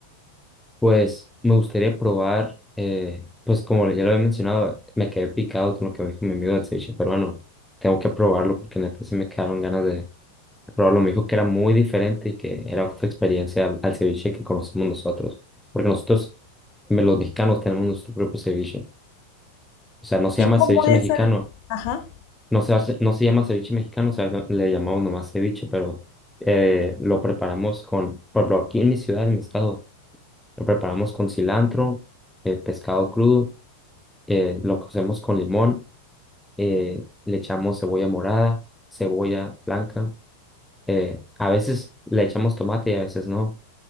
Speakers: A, in the centre; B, on the left.
A: Pues me gustaría probar, eh, pues como ya lo había mencionado, me quedé picado con lo que me dijo mi amigo del ceviche peruano. Tengo que probarlo porque neta se me quedaron ganas de probarlo. Me dijo que era muy diferente y que era otra experiencia al, al ceviche que conocemos nosotros. Porque nosotros, me- los mexicanos, tenemos nuestro propio ceviche. O sea, no se
B: ¿Y
A: llama
B: cómo
A: ceviche
B: es
A: mexicano,
B: el... Ajá,
A: no se, hace- no se llama ceviche mexicano, o sea, le llamamos nomás ceviche, pero eh, lo preparamos con, por ejemplo, aquí en mi ciudad, en mi estado. Lo preparamos con cilantro, eh, pescado crudo, eh, lo cocemos con limón, eh, le echamos cebolla morada, cebolla blanca, eh, a veces le echamos tomate y a veces no.